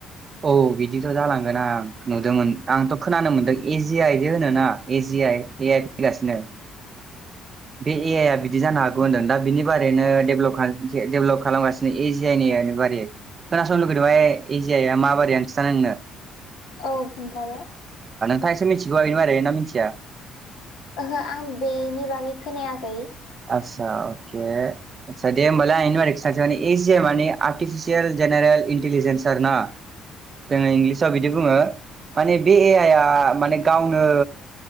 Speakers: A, on the right; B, on the left.
A: औ बिदिथ जालांगोन आं नुदोंमोन आंथ‌ खोनानो मोनदों एजि आइदि होनोना एजि आइ ए आइ फैगासिनो बे एयइआ बिदि जानो हागौ होनदों दा बिनि बारैनो डेभेलप डेभेलप खालामगासिनो एजियानि बारै खोनासंनो लुगैदोंबा एयजियाया मा बारैहाय खिथानो नोंनो
B: औ खोन्थादो
A: नै मिथिगौआ बेनि बागै ना मिथिया
B: ओहो आं बेनि बागै खोनायाखै
A: आतसा दे होनबा आं बेनि बागै खिनथानिसै एयइजिया आरतिफिचियेल जेनेरेल इन्टेलिजेनसार ना जोङो इंलिसाव बिदि बुङो माने बे ए आइआ माने गावनो